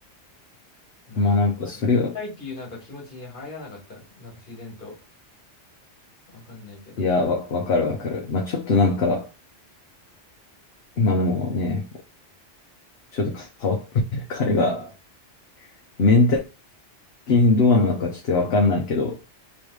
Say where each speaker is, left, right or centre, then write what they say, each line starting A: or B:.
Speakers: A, on the left; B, on the left.
A: まあ、
B: まあなんかそれが、
A: 俺もなんか聞きたいっていうなんか気持ちに入らなかったです。なんか自然と。わかんないけど。
B: いや、わ、わかるわかる。まあちょっとなんか、今でもね、ちょっと変わってる、<laughs> 彼がメンタル的にどうなのかちょっとわかんないけど、